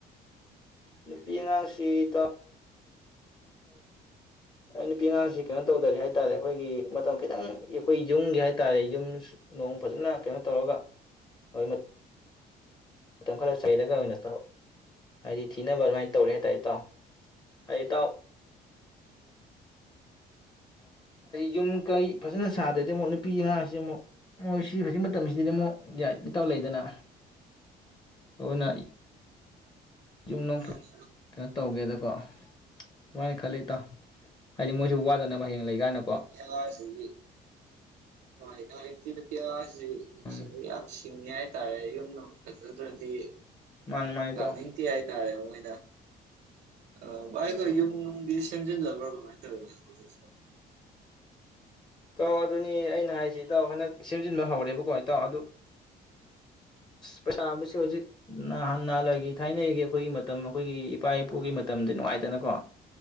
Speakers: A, on the left (about 25°); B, on the right (about 75°).
A: ꯅꯨꯄꯤ ꯑꯉꯥꯡꯁꯤ ꯏꯇꯥ ꯑꯩ ꯅꯨꯄꯤ ꯑꯉꯥꯡꯁꯤ ꯀꯩꯅꯣ ꯇꯧꯗꯔꯤ ꯍꯥꯏ ꯇꯥꯔꯦ ꯑꯩꯈꯣꯏꯒꯤ ꯃꯇꯝ ꯈꯤꯇꯪ ꯑꯩꯈꯣꯏ ꯌꯨꯝꯒꯤ ꯍꯥꯏ ꯇꯥꯔꯦ ꯌꯨꯝ ꯅꯣꯡ ꯐꯖꯅ ꯀꯩꯅꯣ ꯇꯧꯔꯃꯩ ꯃꯇꯝ ꯈꯔ ꯆꯩꯔꯒ ꯑꯣꯏꯅ ꯍꯥꯏꯗꯤ ꯊꯤꯅꯕ ꯑꯗꯨꯃꯥꯏꯅ ꯇꯧꯔꯦ ꯍꯥꯏꯇꯥꯔꯦ ꯏꯇꯥꯎ ꯍꯥꯏꯗꯤ ꯏꯇꯥꯎ ꯌꯨꯝ ꯀꯩ ꯐꯖꯅ ꯁꯥꯗ꯭ꯔꯩꯗꯤ ꯑꯃꯨꯛ ꯅꯨꯄꯤ ꯑ ꯉꯥꯡꯁꯤ ꯑꯃꯨꯛ ꯃꯣꯏ ꯁꯤ ꯍꯧꯖꯤꯛ ꯃꯇꯝꯁꯤꯗꯗꯤ ꯑꯃꯨꯛ ꯂꯤꯇꯥꯎ ꯂꯩꯗꯅ ꯑꯗꯨꯅ ꯌꯨꯝꯅꯨꯡ
B: ꯃꯥꯅꯤ
A: ꯀꯩꯅꯣ ꯇꯧꯒꯦꯗ ꯀꯣ ꯑꯗꯨꯨꯃꯥꯏꯅ ꯈꯜꯂꯤ ꯏꯇꯥꯎ ꯍꯥꯏꯗꯤ ꯃꯣꯏꯁꯨ ꯋꯥꯗꯅꯕ ꯍꯌꯦꯡ ꯂꯩ ꯀꯥꯏꯅꯀꯣ
B: ꯌꯥ ꯁꯤꯕꯤꯦ <unintelligible> ꯍꯣꯏ ꯅꯖꯤꯛꯇꯤ ꯅꯨꯨꯄꯤꯌꯥꯁꯤꯁꯤꯡꯗꯤ
A: ꯎꯝ
B: ꯌꯥꯝ ꯁꯤꯡꯉꯤ ꯍꯥꯏꯇꯥꯔꯦ ꯌꯨꯝꯗ ꯐꯖꯗ꯭ꯔꯗꯤ
A: ꯃꯥꯅꯤ ꯃꯥꯅꯤ ꯏꯇꯥꯎ
B: ꯂꯥꯛꯅꯤꯡꯗꯦ ꯍꯥꯏꯇꯥꯔꯦ ꯃꯣꯏꯅ ꯑꯥ ꯒꯋꯥꯒ
A: ꯎꯝ
B: ꯌꯨꯝꯅꯨꯡ ꯗꯤ ꯁꯦꯝꯖꯤꯜꯂꯕ꯭ꯔꯥ ꯀꯃꯥꯏꯅ ꯇꯧꯋꯤꯅ ꯍꯧꯖꯤꯦ
A: ꯇꯥꯎ ꯑꯗꯨꯅꯤ ꯑꯩꯅ ꯍꯥꯏꯁꯤ ꯏꯇꯥꯎ ꯍꯟꯗꯛ ꯁꯦꯝꯖꯤꯟꯕ ꯍꯧꯔꯦꯕꯀꯣ ꯏꯇꯥꯎ ꯑꯗꯨ ꯄꯩꯁꯥꯕꯁꯤ ꯍꯧꯖꯤꯛ ꯅꯍꯥꯟ ꯅꯍꯥꯟꯋꯥꯏꯒꯤ ꯊꯥꯏꯅꯒꯤ ꯑꯩꯈꯣꯏꯒꯤ ꯃꯇꯝ ꯑꯩꯈꯣꯏꯒꯤ ꯏꯄꯥ ꯏꯄꯨꯒꯤ ꯃꯇꯝꯗꯤ ꯅꯨꯡꯉꯥꯏꯗꯅꯀꯣ